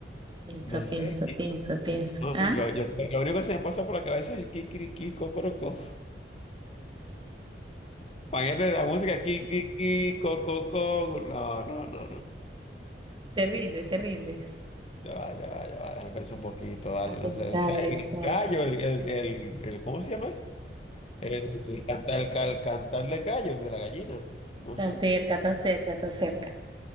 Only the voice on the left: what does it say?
No
sé. y-
No,
yo, yo- lo único que se me pasa por la cabeza es el kikiriki, cocorocó. Paquete de la música, ki, ki, ki, co, co, co. No, no, no, no.
Ya va, ya va, ya va. Déjame pensar un poquito, vale.
No sé, no sé.
El gallo, el, el, el, el- ¿cómo se llama eso? El, el cantar, el, cal- cantar de gallo, de la gallina. No
sé,